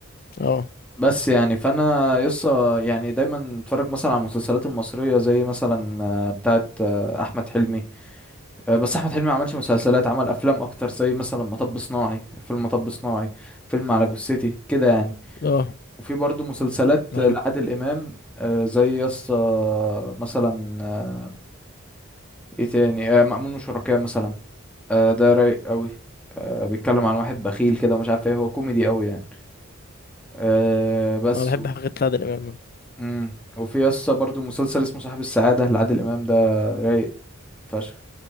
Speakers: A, on the left (about 45°); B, in the centre.
A: اه
B: بس يعني فانا يسا يعني دايما اتفرج مثلا على المسلسلات المصريه زي مثلا آه، بتاعه آه، احمد حلمي آه، بس احمد حلمي ما عملش مسلسلات عمل افلام اكتر زي مثلا مطب صناعي فيلم مطب صناعي فيلم على جثتي كده يعني
A: اه
B: وفي برضو مسلسلات
A: ايوه
B: آه، لعادل امام آه، زي يسا مثلا آه، ايه تاني آه، مأمون وشركاه مثلا آه، ده رايق قوي آه، بيتكلم عن واحد بخيل كده ومش عارف ايه هو كوميدي قوي يعني آه، بس
A: انا بحب حاجات عادل امام
B: امم وفي يسطا برضو مسلسل اسمه صاحب السعادة لعادل إمام ده رايق فشخ